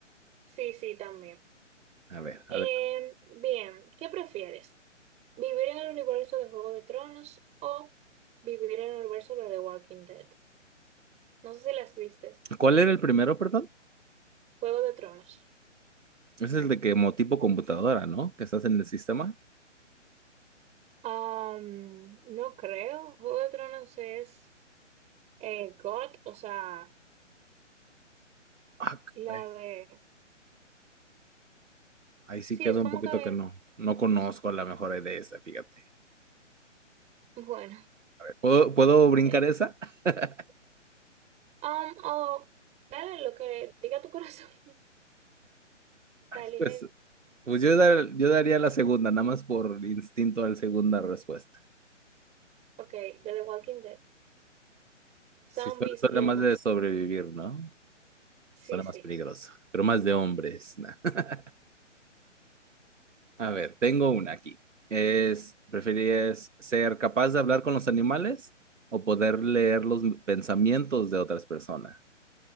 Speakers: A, on the right; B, on the right.
A: sí, sí, también.
B: A ver,
A: Em,
B: a ver.
A: bien, ¿qué prefieres? ¿Vivir en el universo de Juego de Tronos o vivir en el universo de The Walking Dead? No sé si las vistes.
B: ¿Cuál era el primero, perdón?
A: Juego de Tronos.
B: Es el de que como tipo computadora, ¿no? Que estás en el sistema.
A: Am, no creo. Juego de Tronos es eh, God, o sea,
B: Ah, caray.
A: la de...
B: Ahí sí
A: Sí,
B: quedó
A: es como
B: un poquito
A: que...
B: que no. No conozco a la mejor de esa, fíjate.
A: Bueno.
B: ¿Puedo, ¿puedo brincar
A: eh,
B: esa? <laughs>
A: am, o dale lo que diga tu corazón. <laughs> O
B: Ay,
A: sea, elige,
B: pues Pues yo, dar- yo daría la segunda, nada más por instinto a la segunda respuesta.
A: ok, de The Walking Dead. zombies
B: Si suena, suena
A: y demás.
B: más de sobrevivir, ¿no?
A: Sí,
B: Suena
A: sí.
B: más peligroso, pero más de hombres. nah. <laughs> A ver, tengo una aquí. Es, ¿preferirías ser capaz de hablar con los animales o poder leer los pensamientos de otras personas?